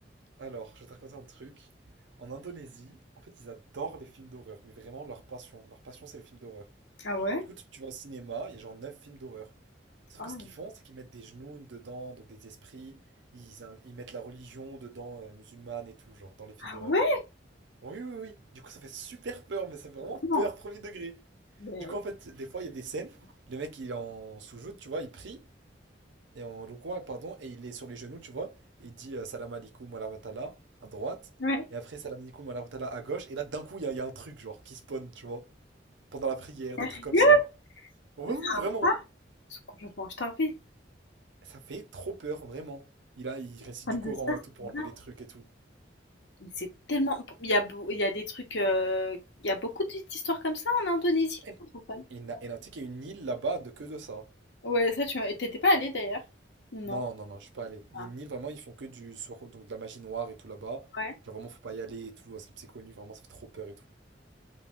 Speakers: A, on the right; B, on the left.
A: Alors, je vais te raconter un truc. En Indonésie, en fait, ils adorent les films d'horreur, mais vraiment leur passion. Leur passion, c'est les films d'horreur.
B: Ah ouais?
A: Du coup, tu tu vas au cinéma, il y a genre 9 films d'horreur. Sauf
B: Ah,
A: que ce qu'ils font, c'est qu'ils mettent des genoux dedans, donc des esprits. Ils, in- ils mettent la religion dedans, euh, musulmane et tout, genre, dans les films
B: ah
A: d'horreur.
B: ouais?
A: Oui, oui, oui. Du coup, ça fait super peur, mais ça fait vraiment peur,
B: Bon.
A: premier degré.
B: Mais...
A: Du coup, en fait, des fois, il y a des scènes, le mec, il est en soujoud, tu vois, il prie, et en rukwa, pardon, et il est sur les genoux, tu vois, et il dit euh, Salam alaikum wa rahmatullah à droite,
B: Ouais.
A: et après Salam alaikum wa rahmatullah à gauche, et là, d'un coup, il y, a il y a un truc, genre, qui spawn, tu vois, pendant la prière,
B: Sérieux?
A: des trucs comme ça. Ouais, ouais,
B: Mais
A: ouais,
B: ça
A: vraiment.
B: va Ils sont complètement starvés.
A: Ça fait trop peur, vraiment. Il a, il récite
B: Fans
A: du Coran
B: de ça,
A: et
B: c'est
A: tout pour
B: bizarre.
A: enlever les trucs et tout.
B: Mais c'est tellement. Il y a, beau- il y a des trucs. euh, Il y a beaucoup d'histoires comme ça en Indonésie,
A: Et,
B: francophone.
A: et na- et là, tu sais qu'il y a une île là-bas de que de ça.
B: Ouais, ça, tu m'as- t'étais pas allée d'ailleurs? Ou Non.
A: Non, non, non, je suis pas allé. Il
B: Ah,
A: y a une île, vraiment, ils font que du sur, donc de la magie noire et tout là-bas.
B: ouais.
A: Genre, vraiment, faut pas y aller et tout, parce que c'est connu, vraiment, ça fait trop peur et tout.